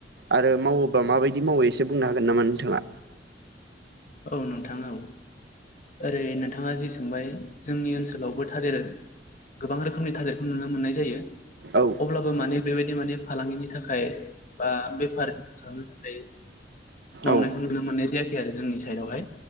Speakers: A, on the right (about 65°); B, on the left (about 45°).
A: आरो मावोबा माबायदि मावो एसे बुंनो हागोन नामा नोंथाङा
B: औ नोंथां औ ओरै नोंथाङा जि सोंबाय जोंनि ओनसोलावबो थालेर गोबां रोखोमनि थालेरखौ नुनो मोननाय जायो
A: औ
B: अब्लाबो माने बेबायदि बेबादि माने फालांगिनि थाखाय बा बेफार खालामनो थाखाय मावनायखौ
A: औ
B: नुनो मोननाय जायाखै आरो जोंनिजों सायदहाय